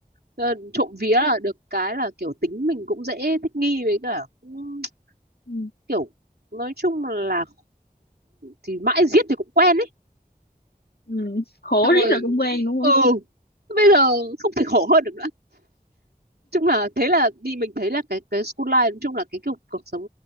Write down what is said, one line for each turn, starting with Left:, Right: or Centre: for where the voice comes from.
Right: ờ, trộm vía là được cái là kiểu tính mình cũng dễ thích nghi với cả cũng
Left: ừ
Right: kiểu nói chung là thì mãi giết thì cũng quen ấy
Left: ừ. khổ
Right: xong rồi
Left: riết rồi cũng quen đúng
Right: ừ
Left: không
Right: bây giờ không thể khổ hơn được nữa chung là thế là đi mình thấy là cái cái school life nói chung là cái cuộc cuộc sống